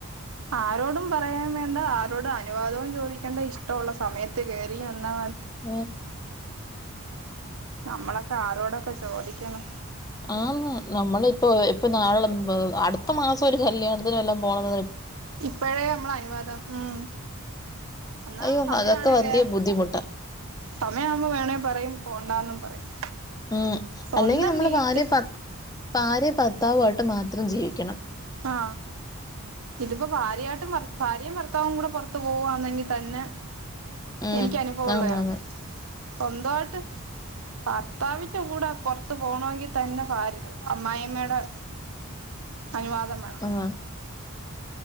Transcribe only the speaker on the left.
ഉ
ആഹ് നമ്മള് ഇപ്പോ ഇപ്പൊ നാളെ അടുത്ത മാസം ഒരു കല്യാണത്തിന് വല്ലോം പോണം
അയ്യോ
അതൊക്കെ വലിയ
ബുദ്ധിമുട്ടാ
ഉ
അല്ലെങ്കിൽ നമ്മള്
ഭാര്യ ഭർ ഭാര്യ ഭർത്താവു ആയിട്ട് മാത്രം ജീവിക്
ഉം
ആന്നാന്ന്
ആഹ്